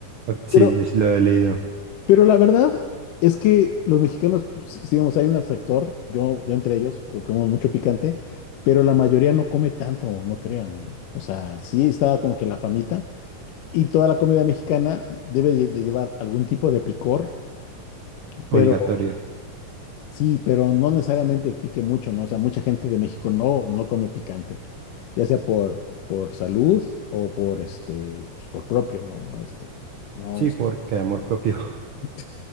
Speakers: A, on the right; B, on the left.
A: Ok, Sí,
B: Pero,
A: es lo he leído.
B: pero la verdad es que los mexicanos, si- digamos, hay un sector, yo, yo entre ellos, que como mucho picante, pero la mayoría no come tanto, no crean, ¿no? O sea, sí está como que la famita, y toda la comida mexicana debe lle- de llevar algún tipo de picor,
A: Obligatorio.
B: pero sí, pero no necesariamente pique mucho, ¿no? O sea, mucha gente de México no, no come picante, ya sea por, por salud o por este, pues, por propio, ¿no? Este, no,
A: Sí,
B: este,
A: porque hay amor propio.
B: <laughs>